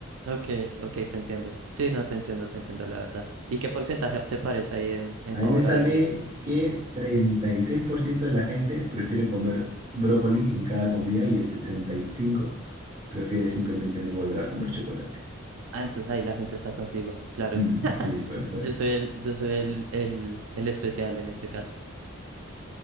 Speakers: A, on the right; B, on the right.
A: Ok, ok, te entiendo. Sí, no, te entiendo, te entiendo, la verdad. ¿Y qué porcentaje te parece ahí en, en
B: A
A: favorabilidad?
B: mí me sale que 36% de la gente prefiere comer brócoli en cada comida y el 65% prefiere simplemente no volver a comer chocolate.
A: Ah, entonces ahí la gente está contigo, claro.
B: Mm,
A: <laughs>
B: sí, pues por
A: Yo
B: eso.
A: soy el, yo soy el, el, el especial en este caso.